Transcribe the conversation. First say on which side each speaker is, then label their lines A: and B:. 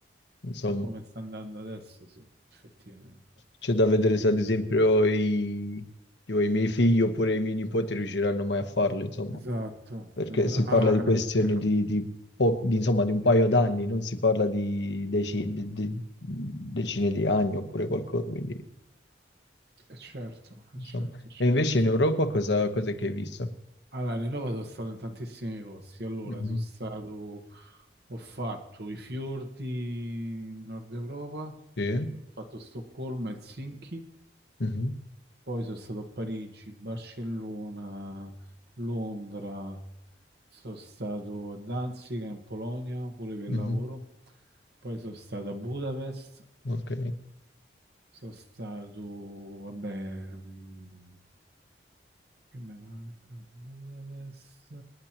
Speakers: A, on the left; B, on the right.
A: insomma,
B: Per come sta andando adesso, sì, effettivamente.
A: c'è da vedere se ad esempio i, tipo, i miei figli oppure i miei nipoti riusciranno mai a farlo, insomma.
B: Esatto.
A: perché
B: es-
A: si parla
B: Ah,
A: di questioni
B: è vero.
A: di, di po- di, insomma, di un paio d'anni, non si parla di, deci- di- di- decine di anni oppure qualcosa, quindi
B: È certo, è
A: insomma.
B: certo, è certo.
A: E invece in Europa cosa, cos'è che hai visto?
B: Allora, in Europa sono stato in tantissimi posti. Allora,
A: Mhm.
B: sono stato, ho fatto i fiordi in Nord Europa,
A: Sì.
B: ho fatto Stoccolma, Helsinki.
A: Mhm.
B: Poi sono stato a Parigi, Barcellona, Londra, sono stato a Danzica in Polonia pure per
A: Mhm.
B: lavoro, poi sono stato a Budapest,
A: Ok.
B: sono stato, vabbè, mm, che mi manca? Budapest,